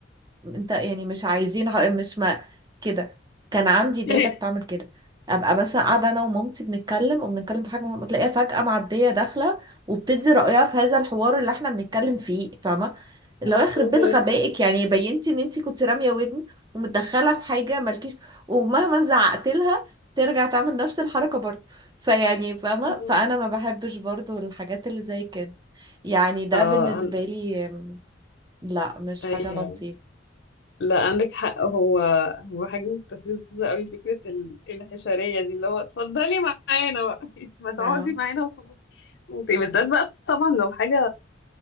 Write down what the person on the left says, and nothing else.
<laughs>
آه.
<laughs>
اه
عن-
ايوه
لا عندك حق هو هو حاجه مستفزه قوي فكره ال- الحشريه دي اللي هو اتفضلي معانا بقى <laughs> ما تقعدي
معانا وخلاص وت- بالذات بقى طبعا لو حاجه